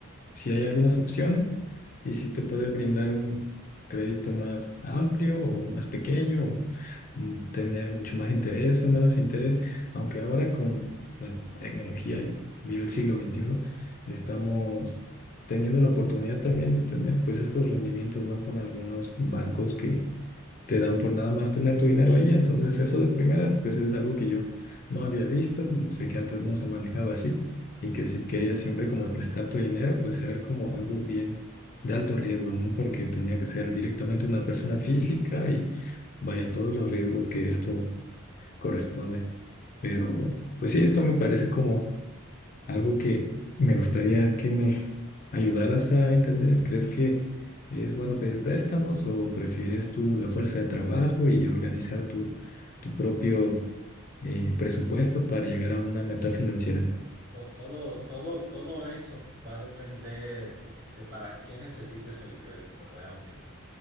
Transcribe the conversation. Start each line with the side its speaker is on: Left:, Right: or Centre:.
Left: si hay algunas opciones y si te puede brindar un crédito más amplio o más pequeño, o, mm, tener mucho más interés o menos interés, aunque ahora con la tecnología y vive el siglo veintiuno estamos teniendo la oportunidad también de tener pues estos rendimientos, ¿no? Con algunos bancos que te dan por nada más tener tu dinero ahí. Entonces eso de primera, pues es algo que yo no había visto, no sé que antes no se manejaba así y que si querías siempre como prestar tu dinero, pues era como algo bien de alto riesgo, ¿no? Porque tenía que ser directamente una persona física y vaya todos los riesgos que esto corresponde. Pero pues sí, esto me parece como algo que me gustaría que me ayudaras a entender. ¿Crees que es bueno pedir préstamos o prefieres tú la fuerza de trabajo y organizar tu, tu propio eh, presupuesto para llegar a una meta financiera?
Right: To- Todo, todo, todo eso va a depender de para qué necesites el crédito realmente.